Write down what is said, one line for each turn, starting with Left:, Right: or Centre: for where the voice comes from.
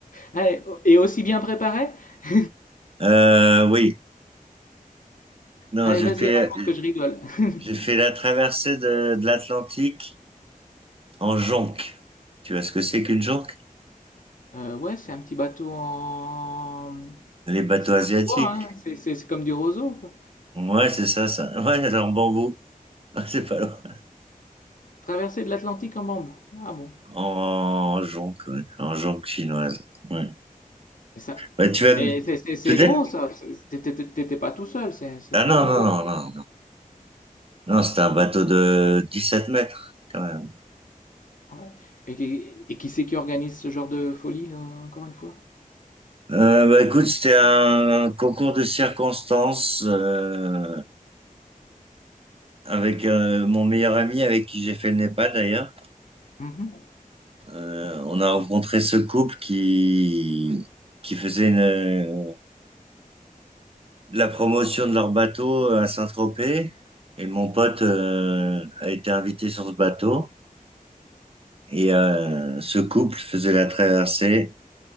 Left: Ah, et et aussi bien préparé? <laughs>
Right: Euh, oui, non,
Left: Allez,
Right: j'ai
Left: vas-y,
Right: fait,
Left: raconte que je rigole. <laughs>
Right: j'ai fait la traversée de, de l'Atlantique en jonque. Tu vois ce que c'est qu'une jonque?
Left: Euh, ouais, c'est un petit bateau en...
Right: Les bateaux
Left: C'est
Right: asiatiques.
Left: pas du bois, hein, c'est c'est- c'est comme du roseau, quoi.
Right: Ouais, c'est ça, ça. <laughs> Ouais, en bambou. <laughs> C'est pas loin.
Left: Traversée de l'Atlantique en bambou. Ah bon.
Right: En jonque, ouais. En jonque chinoise. Ouais.
Left: Et ça...
Right: Bah, tu vas
Left: Mais
Right: me-
Left: c'est c'est- c'est
Right: peut-être.
Left: gros, ça. C'est- t'étais- T'étais pas tout seul, c'est c'est
Right: Ah
Left: quand
Right: non,
Left: même
Right: non,
Left: gros.
Right: non, non. Non, Non, c'était un bateau de 17 mètres, quand même.
Left: Ouais. Et, qui et qui c'est qui organise ce genre de folie, là, encore une fois?
Right: Euh, bah, écoute, c'était un concours de circonstances euh, avec euh, mon meilleur ami avec qui j'ai fait le Népal d'ailleurs.
Left: Mhm.
Right: Euh, on a rencontré ce couple qui qui faisait une- la promotion de leur bateau à Saint-Tropez et mon pote euh, a été invité sur ce bateau. Et euh, ce couple faisait la traversée,